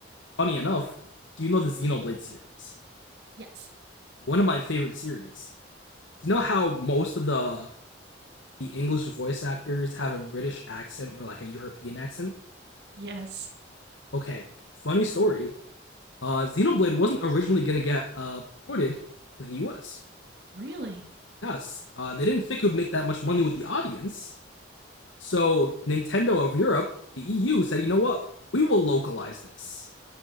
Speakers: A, on the left; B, on the right.
A: funny enough, do you know the Xenoblade series?
B: Yes.
A: One of my favorite series. Do you know how most of the the English voice actors have a British accent or like a European accent?
B: Yes.
A: Okay, funny story. uh, Xenoblade wasn't originally gonna get uh, ported to the US.
B: Really?
A: Yes, uh, they didn't think it would make that much money with the audience. So Nintendo of Europe, the EU, said, you know what? We will localize this,